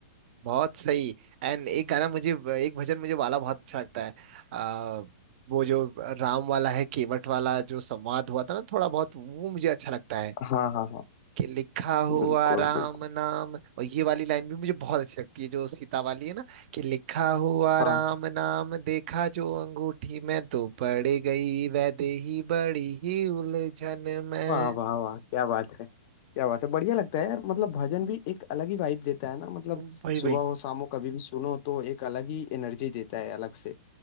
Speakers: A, on the right; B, on the left.
A: बहुत सही एंड एक गाना मुझे एक भजन मुझे वाला बहुत अच्छा लगता है आ, वो जो राम वाला है केवट वाला जो संवाद हुआ था ना थोड़ा बहुत वो मुझे अच्छा लगता है
B: हाँ हाँ हाँ
A: कि लिखा हुआ
B: बिल्कुल
A: राम
B: बिल्कुल
A: नाम और ये वाली लाइन भी मुझे बहुत अच्छी लगती है जो सीता वाली है ना कि लिखा हुआ
B: हाँ
A: राम नाम देखा जो अंगूठी में तो पड़ गई वैदेही बड़ी ही उलझन में
B: वाह वाह वाह क्या बात है क्या बात है बढ़िया लगता है यार मतलब भजन भी एक अलग ही वाइब देता है ना मतलब
A: वही वही
B: सुबह हो शाम हो कभी भी सुनो तो एक अलग ही एनर्जी देता है अलग से